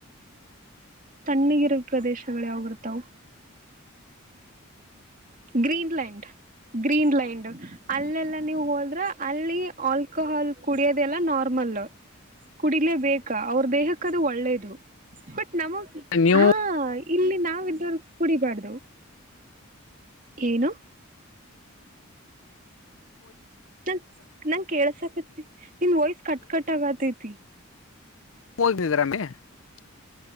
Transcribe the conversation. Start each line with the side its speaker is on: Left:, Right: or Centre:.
Right: ತಣ್ಣಗಿರ ಪ್ರದೇಶಗಳು ಯಾವ ಬರ್ತಾವು. ಗ್ರೀನ್ಲ್ಯಾಂಡ್ ಗ್ರೀನ್ಲ್ಯಾಂಡ್ ಅಲ್ಲಿ ಎಲ್ಲಾ. ನೀವ ಹೋದ್ರ ಅಲ್ಲಿ ಆಲ್ಕೋಹಾಲ್ ಕುಡಿಯೋದೆಲ್ಲ ನಾರ್ಮಲ್ ಕುಡಿಲೇಬೇಕ. ಕ ಅವರ್ ದೇಹಕ್ಕದು ಒಳ್ಳೇದು ಬಟ್ ನಮಗ
Left: ನೀವು
Right: ಹಾ ಇಲ್ಲಿ ನಾವ ಇದ್ದವರ <unintelligible> ಕುಡಿಬಾರ್ದು. ಏನು. ನಂಗ್ ನಂಗ ಕೇಳ್ಸಕತಿ ನಿನ್ ವಯ್ಸ್ ಕಟ್ ಕಟ್ ಆಗತೈತಿ.
Left: ಓದಿದ್ರ <unintelligible>